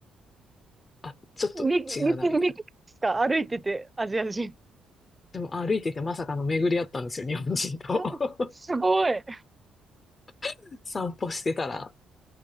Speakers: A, on the left (about 35°); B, on the right (about 15°).
A: あ、ちょっと違うな、
B: み、み、
A: みたいな。
B: み、ですか歩いてて、アジア人。
A: でも歩いててまさかの巡り合ったんですよ、日本人と。
B: <laughs> うんすごい。
A: <laughs> 散歩してたら、